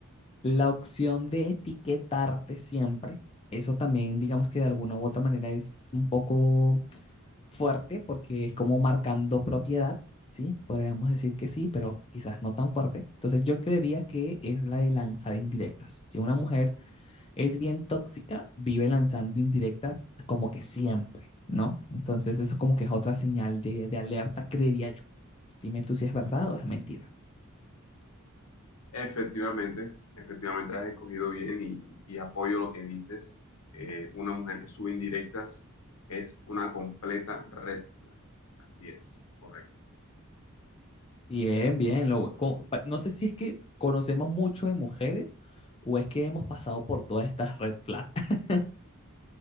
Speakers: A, on the left; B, on the left.
A: La opción de etiquetarte siempre, eso también, digamos que de alguna u otra manera es un poco fuerte porque es como marcando propiedad, ¿sí? Podríamos decir que sí, pero quizás no tan fuerte. Entonces yo creería que es la de lanzar indirectas. Si una mujer es bien tóxica, vive lanzando indirectas como que siempre, ¿no? Entonces eso como que es otra señal de, de alerta, creería yo. Dime tú si es verdad o es mentira.
B: Efectivamente, efectivamente has escogido bien y, y apoyo lo que dices. Eh, una mujer que sube indirectas es una completa red flag. Así es, correcto.
A: Bien, bien. lo- co- pa- no sé si es que conocemos mucho de mujeres o es que hemos pasado por todas estas red flags. <laughs>